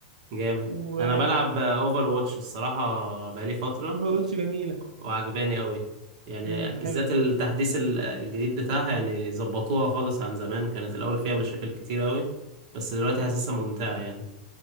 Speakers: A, on the right; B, on the right.
A: جامد
B: و
A: انا بلعب اوفر واتش الصراحه بقالي فتره
B: روبوتش جميلة
A: وعجباني قوي يعني
B: امم
A: بالذات
B: حلو
A: التحديث ال- الجديد بتاعها يعني ظبطوها خالص عن زمان كانت الاول فيها مشاكل كتير قوي بس دلوقتي حاسسها ممتعه يعني